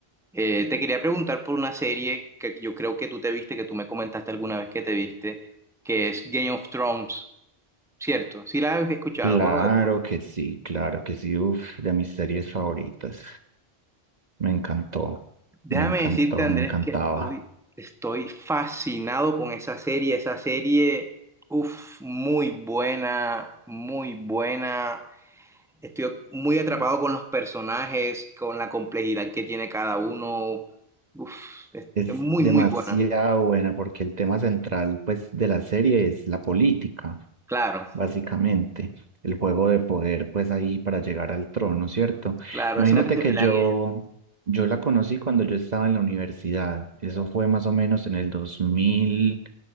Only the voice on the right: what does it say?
Claro
que sí, claro que sí, uf, de mis series favoritas. Me encantó,
me encantó,
me encantaba.
Es
demasiado
buena porque el tema central, pues, de la serie es la política.
básicamente. El juego de poder, pues ahí para llegar al trono, ¿cierto?
Imagínate
que
yo,
yo la conocí cuando yo estaba en la universidad. Eso fue más o menos en el 2000,